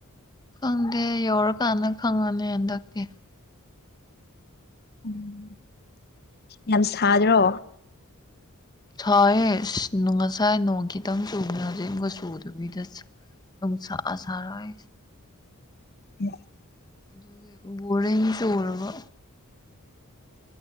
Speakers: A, on the left; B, on the left.
A: ꯈꯪꯗꯦ ꯌꯧꯔꯀꯥꯟꯗ ꯈꯪꯉꯅꯤ ꯍꯟꯗꯛꯇꯤ
B: ꯎꯝ ꯌꯥꯝ ꯁꯥꯗ꯭ꯔꯣ
A: ꯁꯣꯏꯌꯦꯁ ꯉꯁꯥꯏ ꯅꯣꯡ ꯈꯤꯇꯪ ꯆꯨꯉ ꯍꯧꯖꯤꯛꯁꯨ ꯈꯡꯁꯥ ꯁꯔꯦ
B: ꯎꯝ
A: ꯑꯗꯨꯒꯤ ꯕꯣꯔꯤꯡ ꯆꯨꯔꯕ